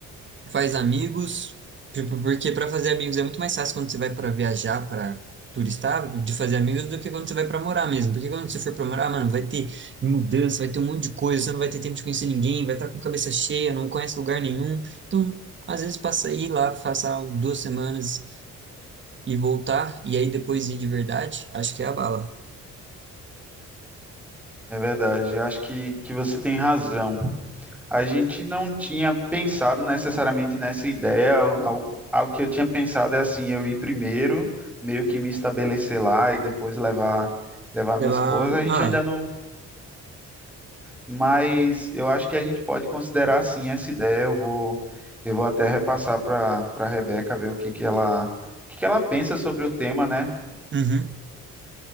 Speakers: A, on the right; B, in the centre.
A: faz amigos, tipo, porque para fazer amigos é muito mais fácil quando você vai para viajar, para turistar, de fazer amigos do que quando você vai para morar mesmo. Porque quando você for para morar, mano, vai ter mudança, vai ter um monte de coisa, você não vai ter tempo de conhecer ninguém, vai estar com cabeça cheia, não conhece lugar nenhum. Então, às vezes passa aí lá, passar duas semanas e voltar, e aí depois ir de verdade, acho que é a bala.
B: É verdade, eu acho que, que você tem razão. A gente não tinha pensado necessariamente nessa ideia. Algo, algo que eu tinha pensado é assim, eu ir primeiro, meio que me estabelecer lá e depois levar levar minha
A: Levar.
B: esposa. A gente
A: Ah,
B: ainda não, mas eu acho que a gente pode considerar sim essa ideia. Eu vou eu vou até repassar para para Rebeca ver o que que ela o que que ela pensa sobre o tema, né?
A: uhum,